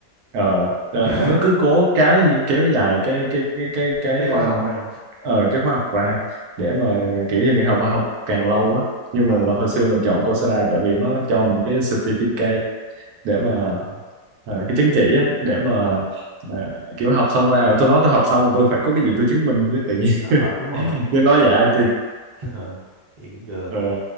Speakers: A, on the right (about 80°); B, on the right (about 50°).
A: ờ, cho
B: <laughs>
A: nên nó cứ cố cái gì kéo dài cái cái cái cái cái
B: Cái khóa
A: ờ,
B: học rồi
A: ờ, cái khóa học ra để mà kiểu như người học học càng lâu á nhưng
B: Ờ,
A: mà hồi xưa mình chọn Coursera tại vì nó cho mình cái certificate để mà
B: ờ,
A: ờ, cái chứng chỉ á để mà mà kiểu học xong ra rồi tôi nói tôi học xong rồi tôi phải có cái gì tôi chứng minh với tự nhiên
B: ờ, đúng rồi.
A: <laughs> nên nói về ai
B: <laughs> Ờ, vậy cũng được.
A: IT